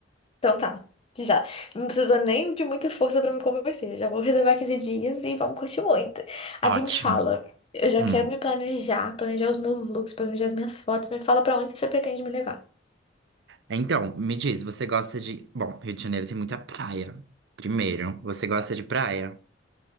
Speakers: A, on the left; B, on the right.
A: Então tá, já. Não precisou nem de muita força pra me convencer. Já vou reservar 15 dias e vamos curtir muito.
B: Ótimo.
A: Alguém me fala. Eu já
B: Hum.
A: quero me planejar, planejar os meus looks, planejar as minhas fotos. Me fala pra onde você pretende me levar.
B: Então, me diz, você gosta de. Bom, Rio de Janeiro tem muita praia. Primeiro, você gosta de praia?